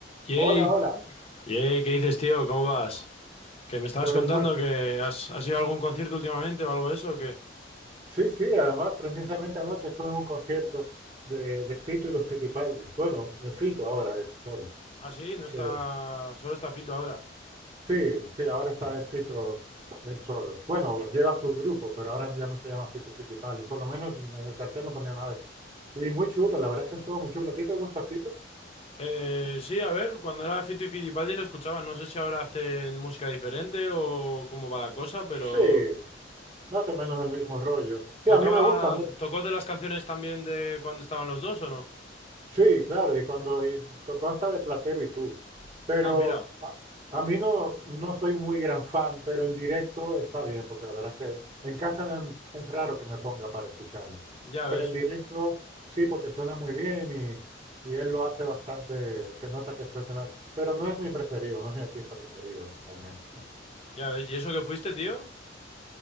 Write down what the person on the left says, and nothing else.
Yey,
yey, ¿qué dices, tío? ¿Cómo vas? Que me estabas
contando
que has, has ido a algún concierto últimamente o algo de eso, ¿o qué?
Ah, sí, no está.
Solo está Fito ahora.
Eh, sí, a ver, cuando era Fito y Fitipaldi lo escuchaba. No sé si ahora hacen música diferente o cómo va la cosa, pero.
¿Tocaba.
¿Tocó de las canciones también de cuando estaban los dos o no?
Ah, mira,
ya
ves,
ya ves. ¿Y eso que fuiste, tío?